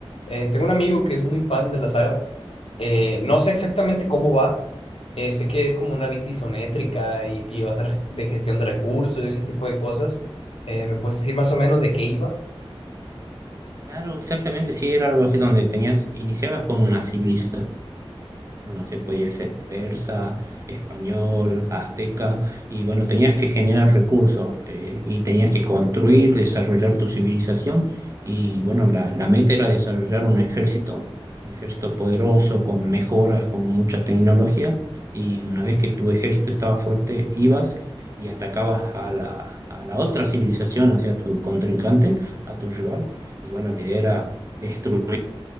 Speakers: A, on the left; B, on the right.
A: Eh, tengo un amigo que es muy fan de la saga. Eh, no sé exactamente cómo va. Eh, sé que es como una vista isométrica y, y va a ser de gestión de recursos y ese tipo de cosas. Eh, ¿me puedes decir más o menos de qué iba?
B: Claro, exactamente, sí, era algo así donde tenías, iniciabas con una civilización no sé, podía ser persa, español, azteca, y bueno, tenías que generar recursos eh, y tenías que construir, desarrollar tu civilización, y bueno, la, la meta era desarrollar un ejército, un ejército poderoso, con mejoras, con mucha tecnología, y una vez que tu ejército estaba fuerte, ibas y atacabas a la, a la otra civilización, o sea, a tu contrincante, a tu rival, y bueno, la idea era destruir,